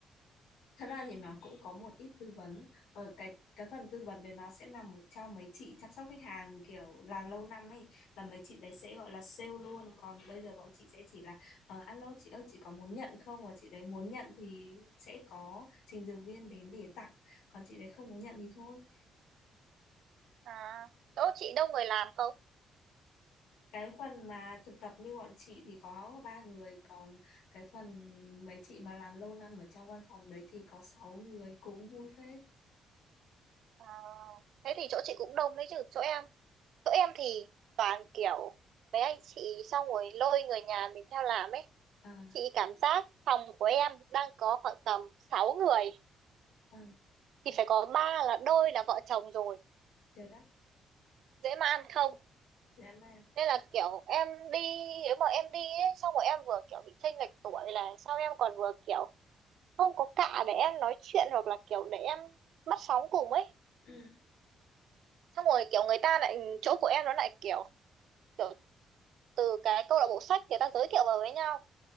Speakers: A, on the left; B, on the right.
A: Thật ra thì nó cũng có một ít tư vấn ở cái cái phần tư vấn đấy nó sẽ nằm ở trong mấy chị chăm sóc khách hàng kiểu làm lâu năm ấy là mấy chị đấy sẽ gọi là sale luôn còn bây giờ bọn chị sẽ chỉ là ờ, alo chị ơi chị có muốn nhận không và chị đấy muốn nhận thì sẽ có trình dược viên đến để tặng còn chị đấy không muốn nhận thì thôi
B: à chỗ chị đông người làm không
A: cái phần mà thực tập như bọn chị thì có ba người còn cái phần mấy chị mà làm lâu năm ở trong văn phòng đấy thì có sáu người cũng vui phết
B: à, thế thì chỗ chị cũng đông đấy chứ chỗ em chỗ em thì toàn kiểu mấy anh chị xong rồi lôi người nhà mình theo làm ấy
A: à,
B: chị cảm giác phòng của em đang có khoảng tầm sáu người
A: à,
B: thì phải có ba là đôi là vợ chồng rồi
A: chờ đã
B: dễ mà ăn không
A: dạ em đây
B: nên là kiểu em đi nếu mà em đi ấy, xong rồi em vừa kiểu bị chênh lệch tuổi là sao em còn vừa kiểu không có cạ để em nói chuyện hoặc là kiểu để em bắt sóng cùng ấy
A: Ừ.
B: xong rồi kiểu người ta lại chỗ của em nó lại kiểu kiểu từ cái câu lạc bộ sách người ta giới thiệu vào với nhau